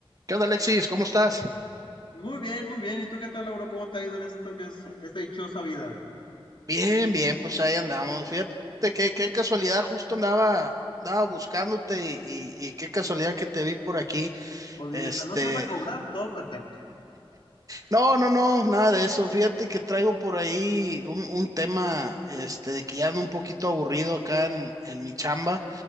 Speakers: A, on the right; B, on the left.
A: ¿Qué onda, Alexis? ¿Cómo estás?
B: Muy bien, muy bien. ¿Y tú qué tal, Lauro? ¿Cómo te ha ido en esto que es esta dichosa vida?
A: Bien, bien, pues ahí andamos. Fíjate, qué, qué casualidad, justo andaba, andaba buscándote y, y- y qué casualidad que te vi por aquí.
B: Pues
A: Este,
B: mientras no sea para cobrar, todo perfecto,
A: no, no, no, nada de eso. Fíjate que traigo por ahí un, un tema, este, de que ya ando un poquito aburrido acá en, en mi chamba.